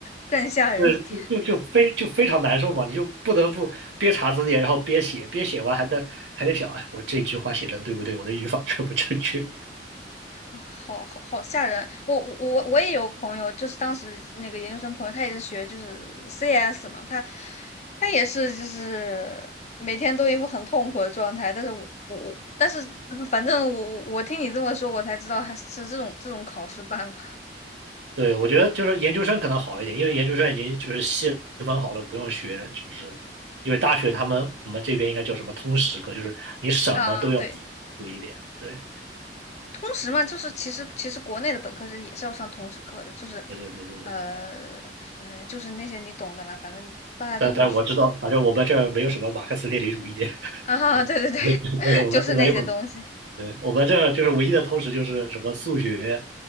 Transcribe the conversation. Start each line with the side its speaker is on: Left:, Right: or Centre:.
Left: 更吓人一点。
Right: 对，就就非就非常难受嘛，你就不得不边查字典，然后边写，边写完还得还得想，哎，我这句话写的对不对？我的语法 <laughs> 正不正确？
Left: 啊，好好好吓人！我我我我也有朋友，就是当时那个研究生朋友，他也是学就是 CS 嘛，他他也是就是每天都一副很痛苦的状态。但是我我我，但是嗯反正我我我听你这么说，我才知道还是这种这种考试办法
Right: 对，我觉得就是研究生可能好一点，因为研究生已经就是细分好了，不用学，就是因为大学他们我们这边应该叫什么通识课，就是你什么都要学一点。
Left: <laughs> 啊。对，
Right: 对，
Left: 通识嘛，就是其实其实国内的本科生也是要上通识课的，就是
Right: 对对对对对。
Left: 呃呃，就是那些你懂的啦，反正大家都会学的
Right: 但但我知道，反正我们这儿没有什么马克思列宁主义，<laughs>
Left: <laughs> 啊。对对对，
Right: 对，
Left: <laughs>
Right: 对，我们这没有。
Left: 就是那些东西
Right: 对，我们这儿就是唯一的通识就是什么数学，